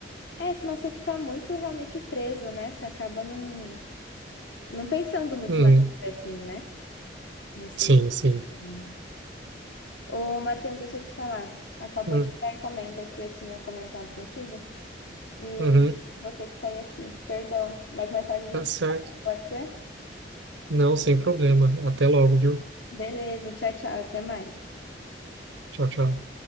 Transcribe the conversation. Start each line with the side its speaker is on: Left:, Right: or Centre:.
Left: É, senão você fica muito realmente preso, né? Você acaba não, não pensando muito
Right: Uhum.
Left: na vida assim, né? Não sei,
Right: Sim, sim.
Left: mais ou menos. Ô, Matheus, deixa eu te falar. Acabou
Right: Hum,
Left: de chegar a encomenda que eu tinha comentado contigo e
Right: Uhum.
Left: vou ter que sair aqui. Perdão, mas mais tarde a gente
Right: Tá certo.
Left: conversa, pode ser?
Right: Não, sem problema. Até logo, viu?
Left: Beleza, tchau, tchau, até mais.
Right: Tchau, tchau.